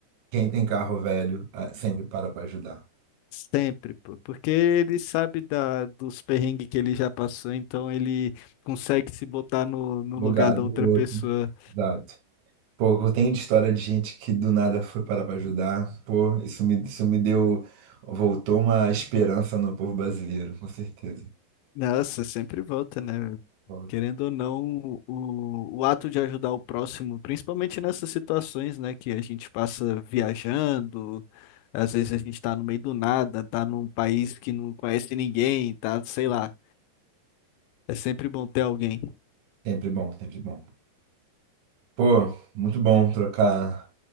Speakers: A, on the right; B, on the left.
A: Quem tem carro velho ah, sempre para para ajudar.
B: Sempre, pô. Porque ele sabe da, dos perrengues que ele já passou, então ele consegue se botar no, no
A: Bugado
B: lugar da outra
A: o
B: pessoa.
A: outro. Exato. Pô, tem história de gente que do nada foi parar para ajudar. Pô, isso me, isso me deu. Voltou uma esperança no povo brasileiro, com certeza.
B: Nossa, sempre volta, né?
A: Volta.
B: Querendo ou não, o, o ato de ajudar o próximo, principalmente nessas situações, né, que a gente passa viajando, às vezes a gente está no meio do nada, tá num país que não conhece ninguém, tá, sei lá, é sempre bom ter alguém.
A: Sempre bom, sempre bom. Pô, muito bom trocar